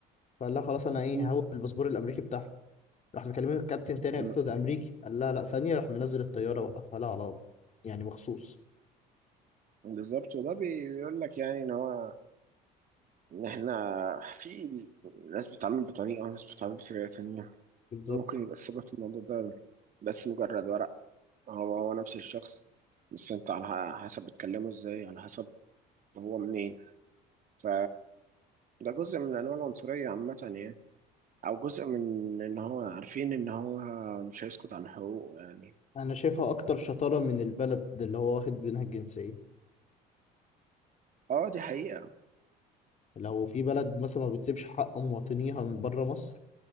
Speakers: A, on the left (about 40°); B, on the right (about 45°).
A: فقال لها خلاص أنا إيه
B: م-
A: هوي
B: م-
A: بالباسبور الأمريكي بتاعها راح مكلمه الكابتن تاني قالت
B: م-
A: له ده أمريكي قال لها لا ثانية راح منزل الطيارة وقفها لها على يعني مخصوص
B: م- بالظبط وده بيقول لك يعني إن هو إن إحنا في ناس بتتعامل بطريقة وناس بتتعامل بطريقة تانية
A: بالظبط
B: ممكن يبقى السبب في الموضوع ده بس مجرد ورق هو هو نفس الشخص بس أنت على حسب بتكلمه إزاي على حسب هو منين ف ده جزء من انواع العنصريه عامه يعني او جزء من ان هو عارفين ان هو مش هيسكت عن حقوقه يعني
A: انا شايفها اكتر شطاره من البلد اللي هو واخد منها الجنسيه
B: اه دي حقيقه
A: لو في بلد مثلا ما بتسيبش حق مواطنيها من بره مصر